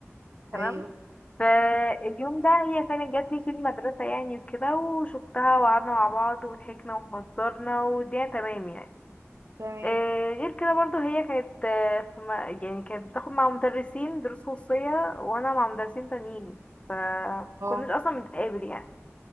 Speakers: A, on the left; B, on the right.
A: تمام
B: أيوه
A: فاليوم ده هي كانت جات لي في المدرسة يعني وكده وشفتها وقعدنا مع بعض وضحكنا وهزرنا والدنيا تمام يعني
B: تمام
A: آه، غير كده برضو هي كانت آه، في ما- يعني كانت بتاخد مع مدرسين دروس خصوصية وانا مع مدرسين تانيين فكناش
B: اه
A: اصلا بنتقابل يعني